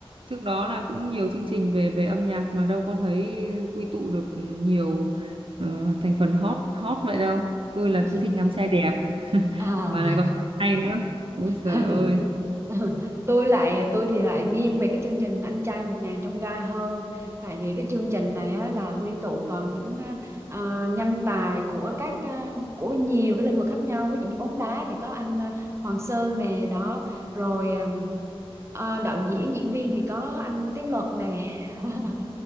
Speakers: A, on the right; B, on the right.
A: trước đó là cũng nhiều chương trình về về âm nhạc mà đâu có thấy quy tụ được nhiều ờ, thành phần hot hot vậy đâu tôi là
B: <laughs>
A: tôi thích ngắm trai đẹp <laughs>
B: à.
A: mà lại còn hay nữa ôi
B: <laughs>
A: trời ơi
B: Ừ, tôi lại tôi thì lại nghiêng về cái chương trình anh trai một ngàn trong gai hơn tại vì cái chương trình này á, là quy tụ toàn những à, à, nhân tài của các à, của nhiều cái lĩnh vực khác nhau ví dụ như bóng đá thì có anh à, Hoàng Sơn nè đó rồi à, à, đạo diễn diễn viên thì có anh Tiến Luật nè <laughs>